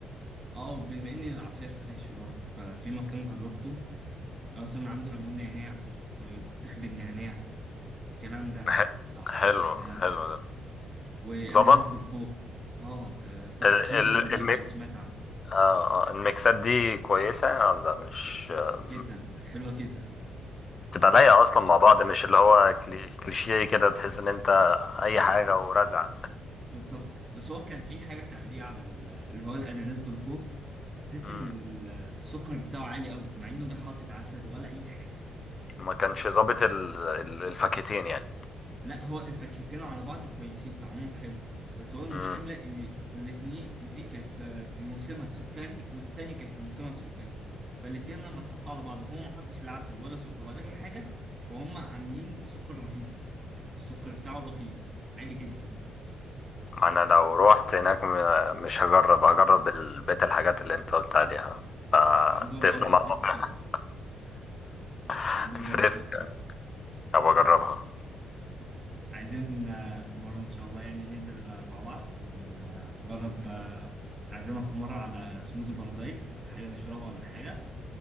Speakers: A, on the right; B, on the left.
A: اه وبما ان العصير فريش برضه ففي مكان جربته جربت من عنده ليمون نعناع وبطيخ بالنعناع الكلام ده
B: ح-
A: آه.
B: حلو
A: آه.
B: حلو ده
A: واناناس
B: ظبط
A: بالخوخ اه ده تحفه
B: ال ال
A: سموز بارادايس
B: الميك...
A: لو سمعت عنه
B: آه آه، الميكسات دي كويسه ولا مش آه،
A: جدا حلوه جدا
B: تبقى لايقة أصلا مع بعض مش اللي هو كلي- كليشيه كده تحس إن أنت أي حاجة ورزع
A: بالظبط بس هو كان في حاجه تعليق على ال- اللي هو الاناناس بالخوخ حسيت
B: مم.
A: ان ال- السكر بتاعه عالي قوي مع انه ده حاطط عسل ولا اي حاجه
B: ما كانش ظابط ال- ال- الفاكهتين يعني
A: لا هو الفاكهتين على بعض كويسين طعمهم حلو بس هو المشكله
B: مم.
A: ان الاتنين دي كانت آه، في موسمها السكري والتانية كانت في موسمها السكري فالاتنين لما اتحطوا على بعض وهو ما حطش لا عسل ولا سكر ولا اي حاجه وهم عاملين سكر رهيب السكر بتاعه رهيب عالي جدا
B: أنا لو روحت هناك م- مش هجرب هجرب ال- بقية الحاجات اللي أنت قلت عليها فتسلم
A: وعندهم برضه فريسكا
B: على النصيحة <laughs>
A: وعندهم برضه
B: فريسك
A: فريسكا
B: أبقى أجربها
A: عايزين آه، في مرة إن شاء الله يعني ننزل آه، مع بعض ونجرب آه، عايزينك في مرة على سموزي بارادايس حاجة نشربها ولا حاجة